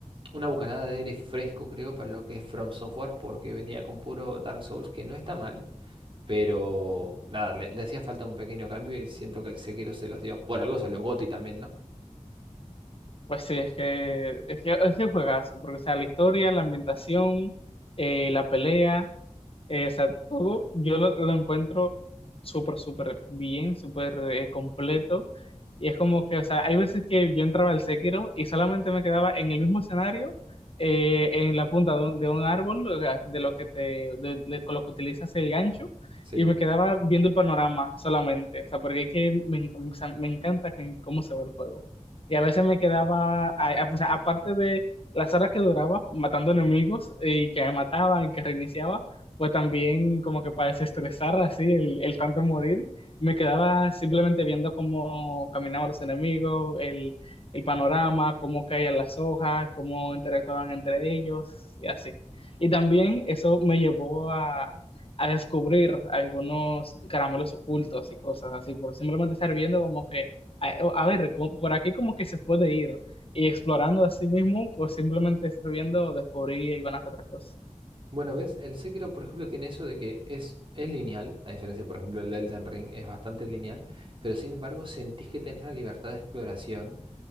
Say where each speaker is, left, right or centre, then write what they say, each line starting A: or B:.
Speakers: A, on the right; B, on the left.
A: una bocanada de aire fresco, creo, para lo que es From Software, porque venía con puro Dark Souls, que no está mal. Pero nada, le, le hacía falta un pequeño cambio y siento que el Sekiro se los dio. Por algo salió GOTY también, ¿no?
B: Pues sí, es que es que es que es un juegazo, porque o sea, la historia, la ambientación, eh, la pelea. Eh, o sea, todo yo lo, lo encuentro súper, súper bien, súper eh, completo. Y es como que, o sea, hay veces que yo entraba al Sekiro y solamente me quedaba en el mismo escenario, eh, en la punta de un, de un árbol, o sea, de lo que te, de, de- con lo que utilizas el gancho,
A: Sí.
B: y me quedaba viendo el panorama solamente. O sea, porque es que me, o sea, me encanta que- cómo se ve el juego. Y a veces me quedaba, a- a- o sea, aparte de las horas que duraba matando enemigos y que me mataban y que reiniciaba o también como que para desestresar así el, el tanto morir, me quedaba simplemente viendo cómo caminaban los enemigos, el, el panorama, cómo caían las hojas, cómo interactuaban entre ellos y así. Y también eso me llevó a, a descubrir algunos caramelos ocultos y cosas así, por simplemente estar viendo como que, a, a ver, como- por aquí como que se puede ir. Y explorando a sí mismo, por simplemente estar viendo, descubrí alguna que otra cosa.
A: Bueno, ¿ves? El Sekiro, por ejemplo, tiene eso de que es, es lineal, a diferencia, por ejemplo, del Elden Ring, es bastante lineal, pero sin embargo sentís que tenés la libertad de exploración